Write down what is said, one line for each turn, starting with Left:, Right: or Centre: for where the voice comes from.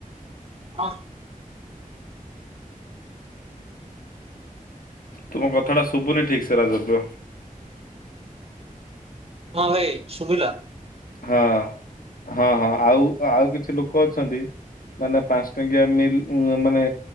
Right: ହଁ
Left: ତୁମ କଥା ଟା ଶୁଭୁନି ଠିକ ସେ ରାଜପ୍ରିୟ।
Right: ହଁ ଭାଇ ସୁୁଭିଲା?
Left: ହଁ ହଁ ହଁ ଆଉ ଆଉ କିଛି ଲୋକ ଅଛନ୍ତି। ମାନେ ପାଞ୍ଚ ଟଙ୍କିଆ ମିଲ୍ ମାନେ